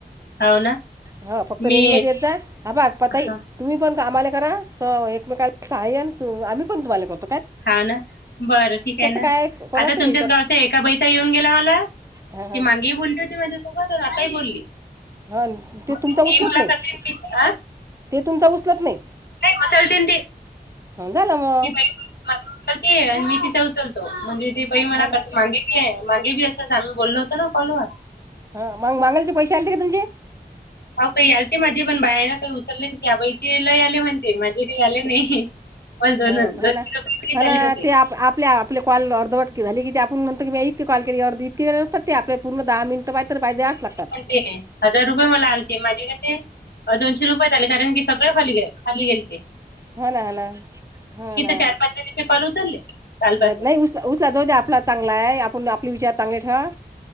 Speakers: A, on the left; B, on the right.
A: हाव ना.
B: हो फक्त रेंजमध्ये
A: मी
B: येत, हा बा पताई
A: हा
B: तुम्ही पण काम्हाले करा स एकमेका सहाय्यन त आम्ही पण तुम्हाला कर
A: हा ना, बरं ठीक आहे ना,
B: काय कोणाचंही
A: आता तुमच्याच
B: त्यात
A: गावच्या एका बइचा येऊन गेला मला.
B: हां हां
A: ती मागेही बोलली होती माझ्या सोबत आताही बोलली.
B: हा न, ते
A: मग
B: तुमचा
A: ती
B: उचलत
A: मला
B: नाही.
A: करते आणि मी- आ?
B: ते तुमचा उचलत नाही.
A: नाही उचलते ते
B: अ झालं म.
A: ती बाई माझा उचलते आणि मी तिचा उचलतो म्हणजे ती बाई मला
B: हा ना
A: करते मागे. <unintelligible> मागे बी असंच आम्ही बोललो होत न कॉल वर.
B: हा मग मागालाचे पैसे आले का तुमचे?
A: अ काही आलते माझे पण बायांना काही उचलेन त्या बाईची लय आले म्हणते माझे काही आले नाही. ब दोन
B: हो
A: दोन
B: हो ना
A: <unintelligible>
B: हो ना
A: आले होते.
B: ते आप आपल्या आपले कॉल अर्धवटी झाली किती आपण म्हणतो इतके कॉल केली आर्ध <unintelligible> असतात ते आपले पूर्ण दहा मिनिट <unintelligible> द्यावच लागातात.
A: तेले, हजार रुपये मला आलते माझे कसे अ दोनशे रुपये झाले कारण की सगळे खाली खाली गेल ते.
B: हो ना हा ना, हा ना.
A: चार पाच जणीचे कॉल उचलले कालपासून.
B: नाहीत नाही उच- उचला जाऊदे आपला चांगला आहे आपुण आपले विचार चांगले ठेवा.